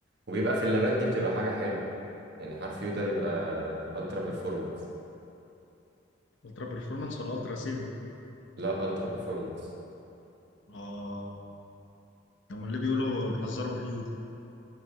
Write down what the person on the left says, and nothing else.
الترا بيرفورمانس ولا الترا سيفنج
اه هم اللي بيقولوا بيحذروا من اليو دي